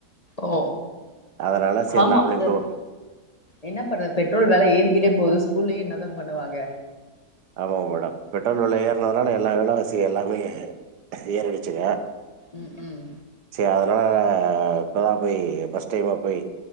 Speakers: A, on the left (about 30°); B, on the right (about 85°).
A: ஓ
B: அதனால சேரி
A: ஆமாங்க
B: நாமளே
A: சார்
B: போ
A: என்ன பண்றது பெட்ரோல் வேல ஏறிக்கிட்டே போகுது ஸ்கூல்லயு என்ன தா பண்ணுவாங்க
B: ஆமா மேடம் பெட்ரோல் வில ஏறனதுனால எல்லா வேல வாசியு எல்லாமே ஏறிடுச்சுங்க
A: ம் ம்
B: செரி அதுனால ஆ இப்பதா போய் ஃபர்ஸ்ட் டைம் அங்க போய்